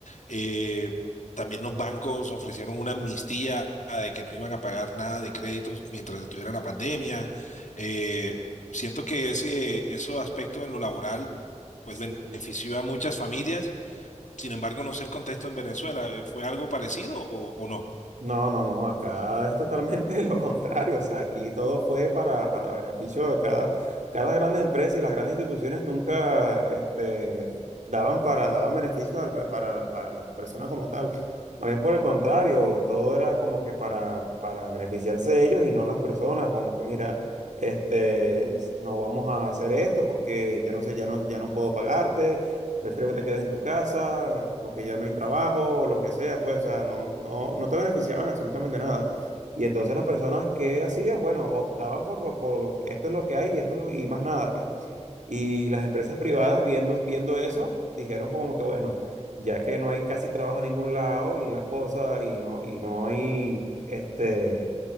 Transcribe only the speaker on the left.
eh, también los bancos ofrecieron una amnistía de que no iban a pagar nada de créditos mientras estuviera la pandemia. eh, Siento que ese, esos aspectos en lo laboral, pues
benefició a muchas familias. Sin embargo, no sé el contexto en Venezuela. eh, ¿Fue algo parecido o, o no?